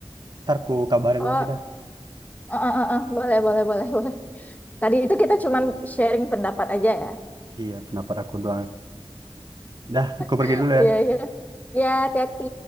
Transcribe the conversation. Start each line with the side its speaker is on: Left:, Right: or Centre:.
Right: Ntar ku kabarin
Left: Oh,
Right: lagi dah.
Left: eh, eh, eh, eh. Boleh, boleh, boleh, <laughs> boleh. Tadi itu kita cuman sharing pendapat aja ya.
Right: Iya, pendapat aku doang. Dah, aku
Left: <laughs>
Right: pergi dulu
Left: Iya,
Right: ya.
Left: iya. Ya, hati-hati.